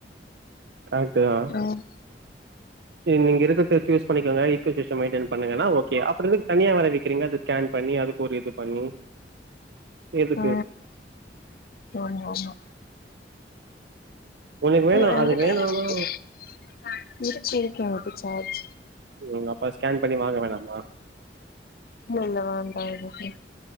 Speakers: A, on the right; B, on the left.
A: ஃபேக்ட்டு தா
B: ம்
A: நீங்க இருக்குற்த வெச்சி யூஸ் பண்ணிக்கோங்க ஈக்கோ சிஸ்டம் மெயின்ட பண்ணுங்கனா ஓகே அப்புற எதுத் தனியா வேற விக்கிறீங்க அது ஸ்கேன் பண்ணி அதுக்கு ஒரு இது பண்ணி எதுக்கு
B: அ ஆமா ஆமா
A: உனக்கு வேணு
B: இல்ல எங்கிட்ட
A: அது வேணுனா
B: இருக்கு இருக்கு இருக்கு எனக்கு சார்ஜ்
A: ம் அப்ப ஸ்கேன் பண்ணி வாங்க வேணாமா
B: இல்ல இல்ல வேண்டா எதுக்கு